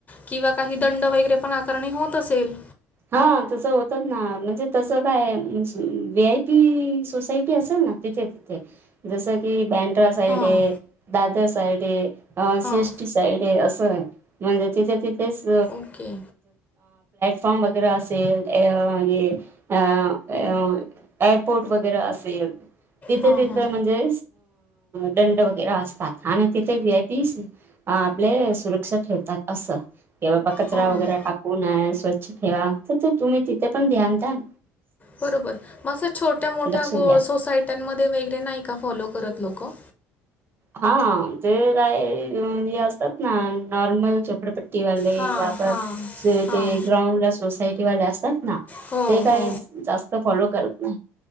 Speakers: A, on the left; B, on the right.
A: किंवा काही दंड वगैरे पण आकारणी होत असेल
B: हा तसं होतात ना म्हणजे तसं काय वी आय पी सोसायटी असेल ना तिथे तिथे जसं की बँक ्र सईड
A: हां
B: दादर सईड अ
A: हां
B: सीएस ड अस आहे म्हणजे तिथे तिथेच्
A: ओके
B: फॉम वगैरे असेल अ अ अ एअरपोर्ट वगैरे असेल तिथे
A: हां
B: तिथे
A: हां
B: म्हणजे दंड वगैरे असे आणि तिथे वही आय पी आपले सुरक्षा ठेवतात असं क बाबा कचरा
A: हां
B: वगैरे टाकू नय स्वचछ ेवा तर तुम्ही तिथे पण ध्यान द ना
A: बरोबर मसं छोट्या मोठ्या
B: लक्ष द्या
A: सोसायट्यांमध्ये वगैरे नाही का फॉलो करत लोकं
B: हा ते काय हे असतात ना नॉर्मल चोपडेपट्टी वाले
A: हां
B: या पण
A: हां
B: ते
A: हां
B: ग्राउंड ला सोसायटी वाले असतात ना
A: हो
B: ते काय
A: हो
B: जास्त फॉलो करत ना